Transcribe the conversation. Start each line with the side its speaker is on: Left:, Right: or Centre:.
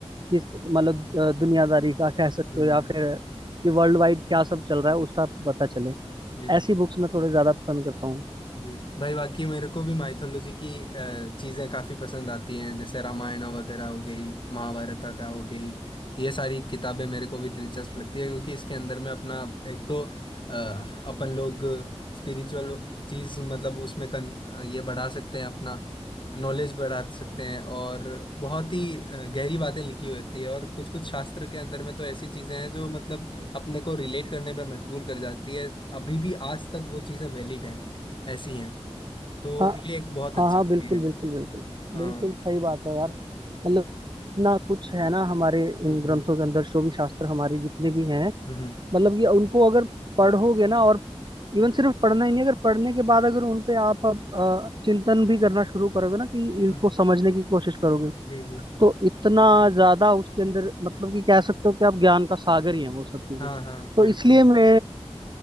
Right: जिस मतलब अ, दुनियादारी का कह सकते
Left: हम्म
Right: हो या फिर ये वर्ल्ड वाइड क्या सब चल रहा है
Left: जी
Right: उसका पता चले
Left: जी
Right: ऐसी बुक्स मैं थोड़े ज्यादा पसंद करता हूँ
Left: जी भाई बाकी मेरे को भी माइथोलॉजी की अ, चीजें काफी पसंद आती हैं जैसे रामायण वगैरह हो गई महाभारत का हो गई ये सारी किताबें मेरे को भी दिलचस्प लगती है क्योंकि इसके अंदर में अपना एक तो अ, अपन लोग स्पिरिचुअल चीज मतलब उसमें कन, अ, ये बढ़ा सकते हैं अपना नॉलेज बढ़ा सकते हैं और बहुत ही अ, गहरी बातें लिखी होती है और कुछ कुछ शास्त्र के अंदर में तो ऐसी चीजें हैं जो मतलब अपने को रिलेट करने पे मजबूर कर जाती है अभी भी आज तक वो चीजें वैलिड हैं ऐसी हैं तो
Right: हाँ
Left: ये एक बहुत अच्छी
Right: हाँ हाँ
Left: हॉबी
Right: बिल्कुल
Left: है
Right: बिल्कुल बिल्कुल
Left: हाँ
Right: बिल्कुल सही बात है यार मतलब इतना कुछ है ना हमारे
Left: हम्म
Right: इन ग्रंथों
Left: हम्म
Right: के अंदर जो भी शास्त्र हमारे जितने भी हैं
Left: हम्म हम्म,
Right: मतलब कि उनको अगर पढ़ोगे ना और इवन सिर्फ पढ़ना ही नहीं अगर पढ़ने के बाद अगर उन पे आप अब अ, चिंतन भी करना शुरू करोगे ना कि इनको
Left: हम्म।
Right: समझने की कोशिश करोगे
Left: जी जी
Right: तो इतना ज्यादा उसके अंदर मतलब कि कह सकते हो कि आप ज्ञान का सागर ही है वो सब चीजें
Left: हाँ हाँ
Right: तो
Left: बिल्कुल
Right: इसलिए मैं